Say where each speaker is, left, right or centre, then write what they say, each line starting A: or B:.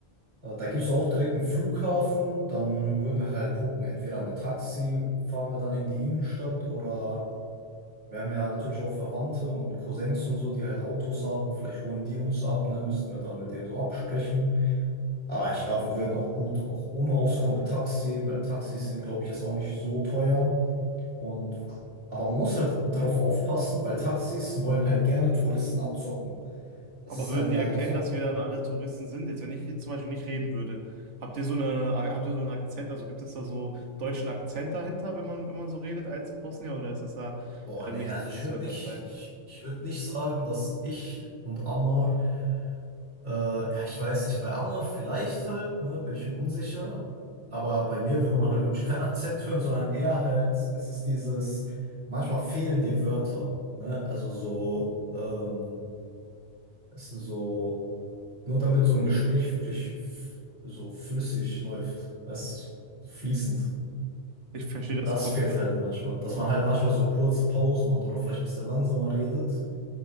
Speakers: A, on the right; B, on the right.
A: Äh, Da gibt es auch direkt einen Flughafen. Dann würden wir halt gucken, entweder mit Taxi fahren wir dann in die Innenstadt oder wir haben ja natürlich auch Verwandte und Cousins und so, die halt Autos haben. Vielleicht holen die uns ab, ne, müssten wir dann mit denen so absprechen. Aber ich glaube, wir würden auch gut auch ohne Auskommen mit Taxi, weil Taxis sind, glaube ich, jetzt auch nicht so teuer. Und, aber man muss halt drauf aufpassen, weil Taxis wollen halt gerne Touristen abzocken. Das
B: Aber
A: ist
B: würden
A: halt
B: die
A: leider
B: erkennen,
A: so.
B: dass wir dann alle Touristen sind? Jetzt, wenn ich jetzt zum Beispiel nicht reden würde, habt ihr so eine, habt ihr so einen Akzent? Also gibt es da so deutschen Akzent dahinter, wenn man, wenn man so redet als Bosnier, oder ist das da
A: Boah,
B: äh,
A: nee,
B: nicht
A: also
B: so
A: ich
B: zu
A: würde
B: unterscheiden?
A: nicht, ich, ich würde nicht sagen, dass ich und Ammar, äh, ja, ich weiß nicht, bei Ammar vielleicht halt, ne, bin ich mir unsicher. Aber bei mir würde man halt, glaube ich, keinen Akzent hören, sondern eher halt, es ist dieses, manchmal fehlen dir Wörter, ne, also so, ähm, es ist so, Nur damit so ein Gespräch wirklich f- so flüssig läuft, weißt du, so fließend.
B: Ich verstehe das
A: Das
B: komplett.
A: fehlt halt manchmal, dass man halt manchmal so kurze Pausen macht oder vielleicht ein bisschen langsamer redet.